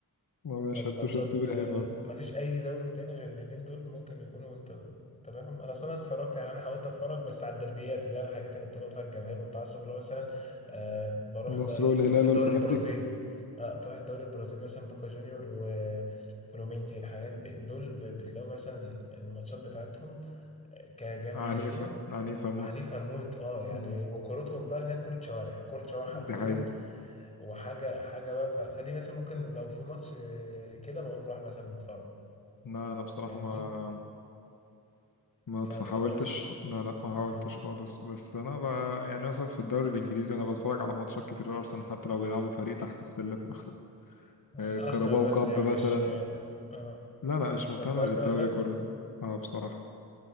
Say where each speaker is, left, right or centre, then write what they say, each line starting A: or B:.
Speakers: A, on the left; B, on the left.
A: ما
B: طب
A: شدوش
B: ماتشات
A: انتباهي
B: آه،
A: خالص
B: ما فيش اي دوري تاني غير الاتنين دول ممكن يكونوا انت تابعهم انا اصلا اتفرجت يعني انا حاولت اتفرج بس على الدربيات اللي هي الحاجات اللي بتبقى فيها الجماهير والتعصب اللي هو مثلا آه بروح
A: النصر
B: بقى ايه
A: والهلال
B: تروح الدوري
A: والحاجات
B: البرازيلي
A: دي
B: اه تروح الدوري البرازيلي مثلا بوكا جونيور وفلومينسي الحاجات دي دول ب- بتلاقوا مثلا الماتشات بتاعتهم كجماهيرية
A: عنيفة عنيفة موت
B: عنيفة موت اه يعني
A: مم.
B: وكورتهم بقى هناك كورة شوارع كورة شوارع حرفيا
A: دي حقيقة
B: وحاجة حاجة بقى ف... فدي مثلا ممكن لو في ماتش آه، كده بقوم رايح مثلا متفرج
A: لا أنا بصراحة
B: فاهمني
A: ما ما
B: ما
A: فحاولتش
B: تتفرجش
A: لا لا ما حاولتش
B: اه
A: خالص بس انا ب... يعني مثلا في الدوري الانجليزي انا بتفرج على ماتشات كتير لارسنال حتى لو بيلعبوا فريق تحت السلم <laughs>
B: آه.
A: آه،
B: أرسنال
A: كاراباو
B: بس
A: كاب
B: يعني
A: مثلا
B: مش ما... اه
A: لا لا مش مهتم
B: بس أرسنال
A: بالدوري
B: بس
A: كله اه بصراحة